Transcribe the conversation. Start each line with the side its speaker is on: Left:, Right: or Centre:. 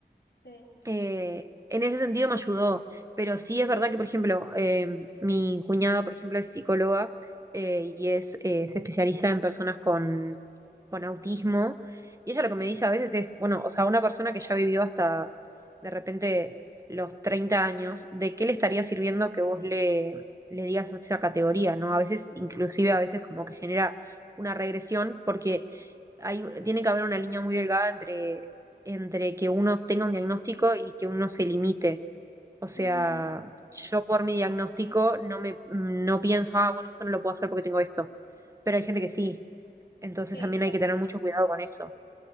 Left: Sí.
Right: Eh, en ese sentido me ayudó, pero sí es verdad que, por ejemplo, eh, mi cuñada, por ejemplo, es psicóloga eh, y es, eh, se especializa en personas con con autismo. Y ella
Left: ujú,
Right: lo que me dice a veces es, bueno, o sea, una persona que ya vivió hasta de repente los 30 años, ¿de qué le estaría sirviendo que vos le, le digas esa categoría, ¿no? A veces, inclusive a veces como que genera una regresión porque hay, tiene que haber una línea muy delgada entre, entre que uno tenga un diagnóstico y que uno se limite. O sea,
Left: ujú,
Right: yo por mi diagnóstico no me no pienso, ah, bueno, esto no lo puedo hacer porque tengo esto. Pero hay gente que sí. Entonces
Left: Sí,
Right: también
Left: exacto.
Right: hay que tener mucho cuidado con eso.